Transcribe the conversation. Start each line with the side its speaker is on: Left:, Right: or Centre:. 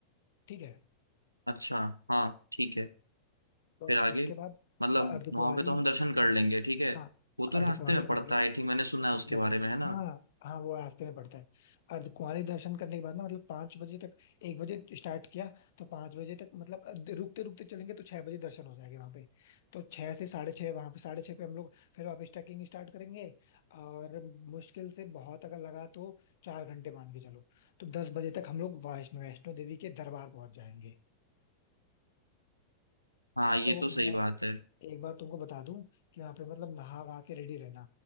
Left: ठीक है
Right: अच्छा हाँ ठीक है
Left: तो
Right: फिर आगे
Left: उसके बाद
Right: मतलब
Left: अ, अर्धकुंवारी
Right: वहां पे तो हम दर्शन कर
Left: हाँ
Right: लेंगे ठीक है
Left: हाँ
Right: वो
Left: अर्धकुंवारी
Right: तो रास्ते में
Left: कर
Right: पड़ता
Left: लिया
Right: है आई थिंक मैंने सुना है
Left: Exactly
Right: उसके बारे
Left: exactly.
Right: में है ना
Left: हाँ हाँ वो रास्ते में पड़ता है अर्ध कुंवारी दर्शन करने के बाद ना मतलब पांच बजे तक एक बजे स्टार्ट किया तो पांच बजे तक मतलब अ- रुकते रुकते चलेंगे तो छह बजे दर्शन हो जाएंगे वहां पे तो छह से साढ़े छह वहां पे साढ़े छह पे हम लोग फिर वापस ट्रैकिंग स्टार्ट करेंगे और मुश्किल से बहुत अगर लगा तो चार घंटे मान के चलो तो दस बजे तक हम लोग वैष्णो वैष्णो देवी के दरबार पहुंच जाएंगे
Right: हाँ ये
Left: तो
Right: तो सही
Left: मैं
Right: बात है
Left: एक बार तुमको बता दूं कि वहां पे मतलब नहा वहा के रेडी रहना